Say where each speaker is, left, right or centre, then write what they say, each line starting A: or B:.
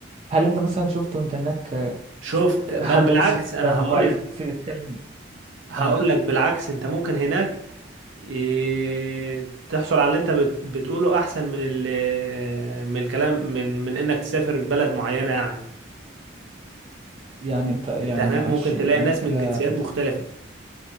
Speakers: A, on the right; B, on the right.
A: هل انت مثلا شفت وانت هناك آه،
B: شفت بل
A: حد
B: بالعكس
A: مصري
B: أنا
A: مثلا
B: هقول
A: واقف
B: لك
A: يتكلم
B: هقول
A: اه
B: لك بالعكس أنت ممكن هناك إيه، تحصل على اللي أنت بت- بتقوله أحسن من ال- من الكلام من من إنك تسافر بلد معينة يعني
A: يعني انت يعني
B: أنت هناك
A: معلش
B: ممكن تلاقي
A: وانت
B: ناس
A: كده
B: من جنسيات مختلفة